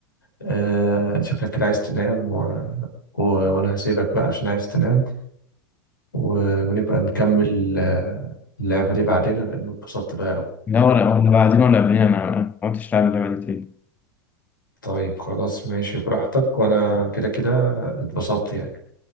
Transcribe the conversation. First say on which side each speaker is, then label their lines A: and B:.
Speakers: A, on the left; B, on the left.
A: آه شكلك كده عايز تنام و... و... وأنا هسيبك بقى عشان عايز تنام و... ونبقى نكمل آه، اللعبة دي بعدين لأن اتبسطت بقى أوي.
B: لا ولا ولا بعدين ولا قبلين أنا ما كنتش لاعب اللعبة دي تاني
A: طيب خلاص ماشي براحتك وأنا كده كده اتبسطت يعني